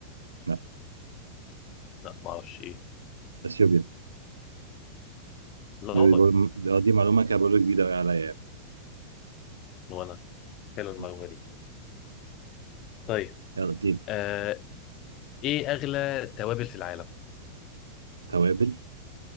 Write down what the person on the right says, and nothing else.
لا
اثيوبيا
دي
برضه آه، دي معلومه كده برضه جديده قوي عليا يعني
م.
يلا اديني
توابل